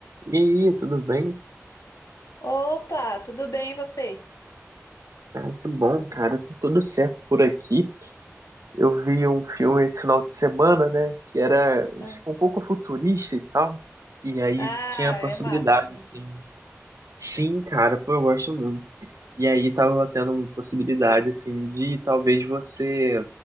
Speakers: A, on the right (about 80°); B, on the left (about 80°).
A: E aí, tudo bem?
B: Opa, tudo bem e você?
A: Ah, que bom, cara. Tá tudo certo por aqui. Eu vi um filme esse final de semana, né? Que era tipo,
B: Ah,
A: um pouco futurista e tal. E aí
B: ah,
A: tinha a
B: é
A: possibilidade,
B: massa filme
A: assim.
B: assim.
A: Sim, cara, pô, eu gosto muito. E aí tava tendo uma possibilidade, assim, de talvez você